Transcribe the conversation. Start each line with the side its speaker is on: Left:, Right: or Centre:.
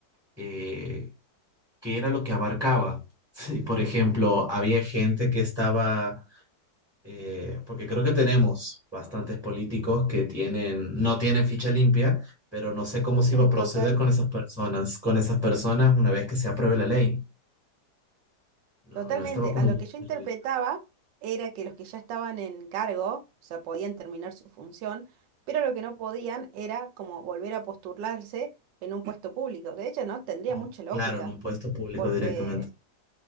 Centre: eh, qué era lo que abarcaba. <laughs> Sí, por ejemplo, había gente que estaba eh, porque creo que tenemos bastantes políticos que tienen, no tienen ficha limpia, pero no sé cómo se iba
Right: <laughs>
Centre: a proceder
Right: Total,
Centre: con esas personas, con esas personas una vez que se apruebe la ley. No,
Right: totalmente.
Centre: no estaba como
Right: A lo
Centre: muy
Right: que yo interpretaba
Centre: interiorizado.
Right: era que los que ya estaban en cargo, o sea, podían terminar su función, pero lo que no podían era como volver a postularse en un puesto público, que de hecho no tendría
Centre: O,
Right: mucha lógica,
Centre: claro, en un puesto público
Right: porque
Centre: directamente.